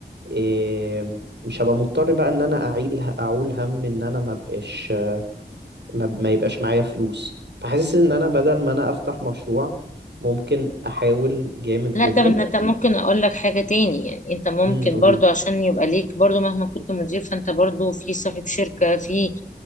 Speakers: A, on the right; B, on the left.
A: إيه، مش هبقى مضطر بقى ان انا اعيل اعول هم ان انا ما بقاش ما, ما يبقاش معايا فلوس فحاسس ان انا بدل ما انا افتح مشروع ممكن احاول جامد
B: لا
A: جدا
B: طب إن انت ممكن اقول لك حاجة تاني يعني انت ممكن
A: امم قوليلي
B: برضو عشان يبقى ليك برضو مهما كنت مدير فانت برضو في صاحب شركة في